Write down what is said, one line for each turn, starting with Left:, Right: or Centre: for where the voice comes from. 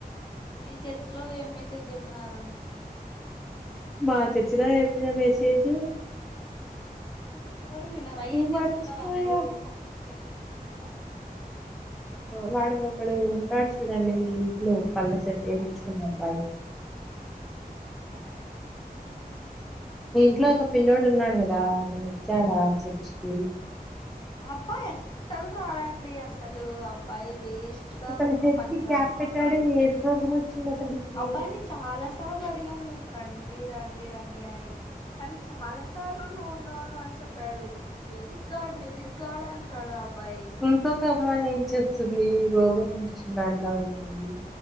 Left: మీ చర్చిలో ఏం మెసేజ్ చెప్పన్నారు
Centre: మా చర్చలా చెప్పిన మెసేజ్
Left: అంటే ఎవరు వినారా ఏం
Centre: మర్చిపోయా
Left: చేస్తుంటారా అందరు చేస్తుంటారా
Centre: వాడప్పుడు ఉంటాడుచుకుడండి మీ ఇంట్లో పళ్ళ సెట్ వేమిచ్చుకుని
Left: ఆ
Centre: అబ్బాయి
Left: హలో
Centre: మీ ఇంట్లో ఒక పిల్లోడు ఉన్నాడు కదా అతను వచ్చాడా చర్చికి
Left: అబ్బాయి అస్సలు రాడండి అసలు అబ్బాయి వేస్ట్ వేస్ట్ గా
Centre: అతని
Left: ఒక
Centre: హెడ్
Left: పనికి
Centre: కి క్యాప్
Left: రాకుండా
Centre: పెట్టాడు
Left: ఉన్నాడు
Centre: ఏం రోగం వచ్చింది అతడికి
Left: అబ్బాయిని చాలా సార్లు అడిగాం మేము రండి రండి రండి అని కానీ చాలా సార్లు నో నో నో అని చెప్పాడు where is God where is God అంటాడు అబ్బాయి
Centre: ఇంకొక అమ్మాయి ఏం చేస్తుంది రోగం వచ్చిన దానిలాగా ఉంటుంది